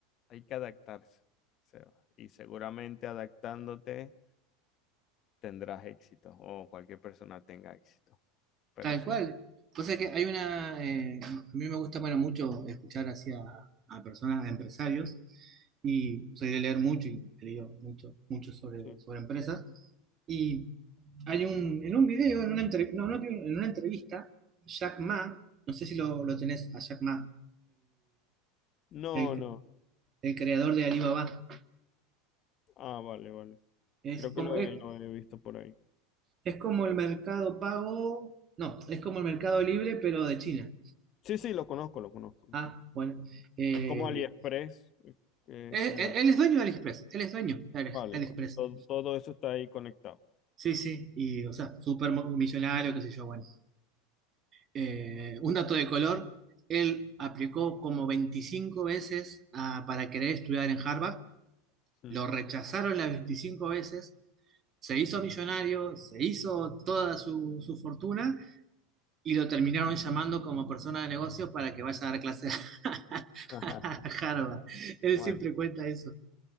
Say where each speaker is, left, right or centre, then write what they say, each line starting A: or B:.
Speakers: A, on the left; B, on the right.
A: Hay que adaptarse, Seba, y seguramente adaptándote tendrás éxito o cualquier persona tenga éxito, pero
B: Tal
A: sí.
B: cual. Cosa que hay una, eh, a mí me gusta bueno, mucho escuchar hacia a personas, a empresarios, y soy de leer mucho y he leído mucho, mucho sobre,
A: Sí.
B: sobre empresas. Y hay un, en un video, en una, entre- no, no, en una entrevista, Jack Ma, no sé si lo, lo tenés a Jack Ma,
A: No,
B: el,
A: no.
B: el creador de Alibaba.
A: Ah, vale, vale.
B: Es
A: Creo
B: como,
A: que lo
B: es,
A: he, lo he visto por ahí.
B: es como el mercado pago, no, es como el mercado libre, pero de China.
A: Sí, sí, lo conozco, lo conozco, lo
B: Ah,
A: conozco.
B: bueno. Eh,
A: Es como AliExpress, eh, que
B: él,
A: es como
B: él-
A: el...
B: él es dueño de AliExpress, él es dueño de Ali-
A: Vale,
B: AliExpress.
A: vale. Todo, todo eso está ahí conectado.
B: Sí, sí, y o sea, súper mo- millonario, qué sé yo, bueno. Eh, un dato de color, él aplicó como 25 veces ah, para querer estudiar en Harvard,
A: Mm.
B: lo rechazaron las 25 veces, se hizo millonario, se hizo toda su, su fortuna y lo terminaron llamando como persona de negocios para que vaya a dar clases <laughs>
A: <laughs>
B: a Harvard. Él
A: Bueno,
B: siempre cuenta eso.